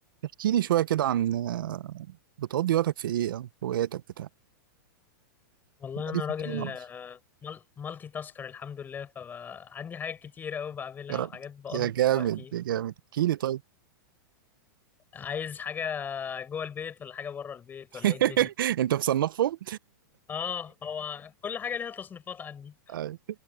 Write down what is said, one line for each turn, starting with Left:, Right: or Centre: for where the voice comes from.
Right: احكي لي شوية كده عن بتقضي وقتك في ايه او هواياتك بتاع
Left: والله
Right: بقالي
Left: انا
Right: فترة
Left: راجل
Right: ما اعرفش
Left: آه، مل- مالتي تاسكر الحمد لله فعندي حاجات كتير قوي بعملها
Right: يا راجل
Left: وحاجات بقضي
Right: يا جامد
Left: فيها وقتي
Right: يا جامد احكي لي طيب
Left: عايز حاجه جوه البيت ولا حاجه بره البيت
Right: <laughs>
Left: ولا ايه الدنيا
Right: انت مصنفهم
Left: اه هو كل حاجه ليها تصنيفات عندي
Right: اي